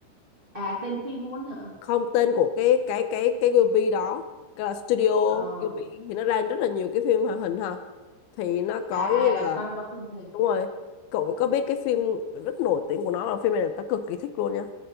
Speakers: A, on the right; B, on the left.
A: À tên phim luôn hả?
B: không tên của cái cái cái cái Ghibli đó cái là Studio
A: Ờ.
B: Ghibli thì nó ra rất là nhiều cái phim hoạt hình ha thì nó có
A: À
B: như
A: à là
B: là
A: con coi phim hoạt hình.
B: đúng rồi cậu có biết cái phim rất nổi tiếng của nó là phim này là tớ cực kỳ thích luôn nha